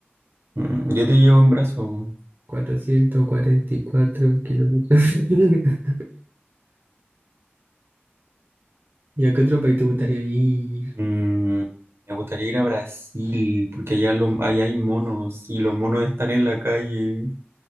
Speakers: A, on the right; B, on the right.
A: Mm, yo te llevo en brazo.
B: cuatrocientos cuarenta y cuatro kilómetros. <laughs> ¿Y a qué otro país te gustaría ir?
A: Mm, me gustaría ir a Brasil, porque allá, lo- allá hay monos y los monos están en la calle.